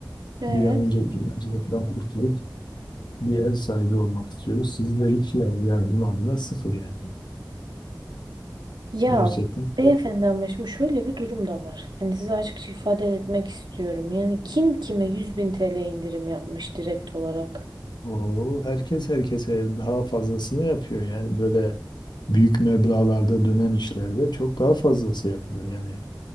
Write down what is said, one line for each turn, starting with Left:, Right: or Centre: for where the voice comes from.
Right: evet.
Left: Bir an önce kiracılıktan kurtulup bir ev sahibi olmak istiyoruz. Siz de hiç yani yardım adına sıfır yani.
Right: Ya
Left: Gerçekten.
Right: beyefendi ama şimdi şöyle bir durum da var. Hani size açıkça ifade etmek istiyorum. Yani kim kime yüz bin TL indirim yapmış direkt olarak?
Left: Oo, herkes herkese daha fazlasını yapıyor. Yani böyle büyük meblağlarda dönen işlerde çok daha fazlası yapılır. Yani